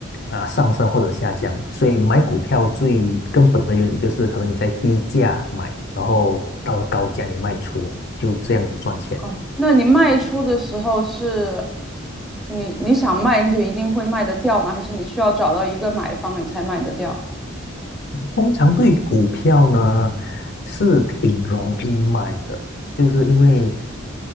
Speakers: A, on the left; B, in the centre.
A: 啊、上升或者下降，所以买股票最根本的原理就是，可能你在低价买，然后到了高价你卖出，就这样子赚钱。
B: 哦，那你卖出的时候是你你想卖你就一定会卖得掉吗？还是你需要找到一个买方你才卖得掉？
A: 通常对于股票呢，是挺容易卖的，就是因为。